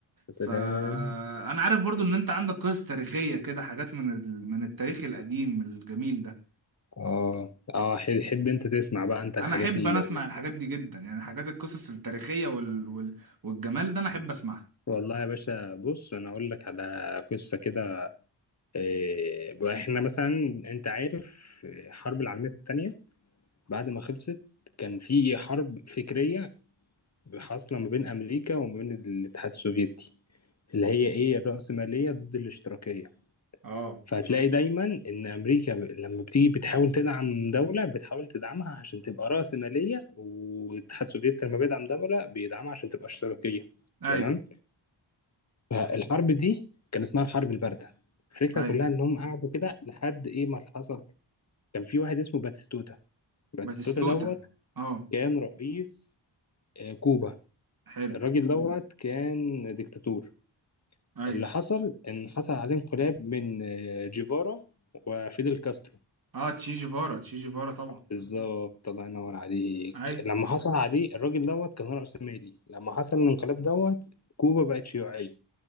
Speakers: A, on the left (about 35°); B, on the right (about 50°).
A: يا سلام
B: فانا عارف برضو ان انت عندك قصص تاريخية كده حاجات من ال... من التاريخ القديم الجميل ده
A: اه اه ح- حب انت تسمع بقى انت الحاجات
B: انا احب
A: اللي
B: انا اسمع الحاجات دي جدا يعني حاجات القصص التاريخية وال... وال... والجمال ده انا احب اسمعها
A: والله يا باشا بص انا اقول لك على قصه كده آه، احنا مثلا انت عارف آه، الحرب العالمية التانية بعد ما خلصت كان في حرب فكرية حاصلة ما بين أمريكا وما بين الاتحاد السوفيتي اللي هي إيه الرأسمالية ضد الاشتراكية
B: اه
A: فهتلاقي دايما إن أمريكا ب- لما بتيجي بتحاول تدعم دولة بتحاول تدعمها عشان تبقى رأسمالية والاتحاد السوفيتي لما بيدعم دولة بيدعمها عشان تبقى اشتراكية
B: ايوه
A: تمام فالحرب دي كان اسمها الحرب الباردة الفكرة
B: ايوه
A: كلها إنهم قعدوا كده لحد إيه ما حصل كان في واحد اسمه باتيستوتا باتيستوتا
B: باتيستوتا
A: دوت
B: اه
A: كان رئيس آه، كوبا
B: حلو
A: الراجل دوت كان ديكتاتور
B: اي
A: اللي حصل ان حصل عليه انقلاب من آه، جيفارا وفيدل كاسترو
B: اه تشي جيفارا تشي جيفارا طبعا
A: بالظبط الله ينور عليك
B: اي
A: لما حصل عليه الراجل دوت كان رأس مالي لما حصل الانقلاب دوت كوبا بقت شيوعية